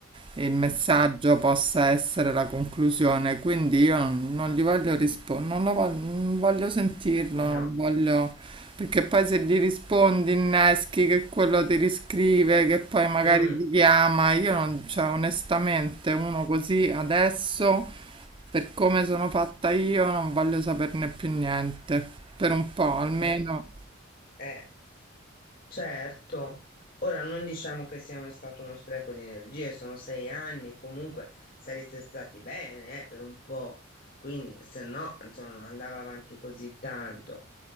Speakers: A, on the right; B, on the left.
A: il messaggio
B: mm,
A: possa essere la conclusione. Quindi io non gli voglio rispondere, non lo voglio, non voglio sentirlo,
B: mm,
A: non
B: no.
A: voglio... Perché poi se gli rispondi inneschi che quello ti riscrive, che poi magari
B: mm,
A: ti chiama, io non, cioè onestamente uno così adesso, per come sono
B: mm,
A: fatta io, non voglio saperne più niente, per un po' almeno.
B: eh, eh. Certo, ora non diciamo che sia uno stato uno spreco di energie, sono sei anni, comunque sareste stati bene, eh, per un po', quindi se no, insomma, non andava avanti così tanto.